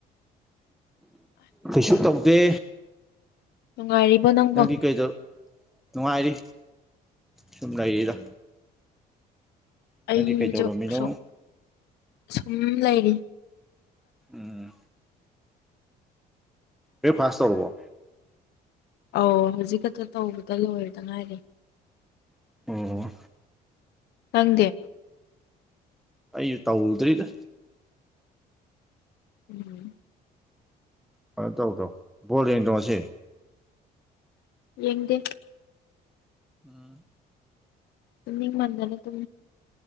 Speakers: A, in the centre; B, on the left.
A: ꯀꯩꯁꯨ ꯇꯧꯗꯦ
B: ꯅꯨꯡꯉꯥꯏꯔꯤꯕꯣ ꯅꯪꯕꯣ
A: ꯅꯪꯗꯤ ꯀꯩꯗ ꯅꯨꯡꯉꯥꯏꯔꯤ ꯁꯨꯝ ꯂꯩꯔꯤꯗ
B: ꯑꯩꯁꯨ
A: ꯅꯪꯗꯤ ꯀꯩꯗꯧꯔꯝꯃꯤꯅꯣ
B: ꯁꯨꯝ ꯁꯨꯝ ꯂꯩꯔꯤ
A: ꯎꯝ ꯑꯦ ꯐꯥꯁꯇ ꯍꯕꯣ
B: ꯑꯧ ꯍꯧꯖꯤꯛ ꯈꯛꯇ ꯇꯧꯕꯗ ꯂꯣꯏꯔꯗꯅ ꯍꯥꯏꯔꯤꯦ
A: ꯑꯣ
B: ꯈꯪꯗꯦ
A: ꯑꯩꯁꯨ ꯇꯧꯗ꯭ꯔꯤꯗ
B: ꯎꯝ
A: ꯀ ꯇꯧ ꯇꯧ ꯕꯣꯜ ꯌꯦ ꯇꯣꯁꯦ
B: ꯌꯦꯡꯗꯦ
A: ꯑ
B: ꯃꯤ ꯃꯟꯗꯅ ꯇ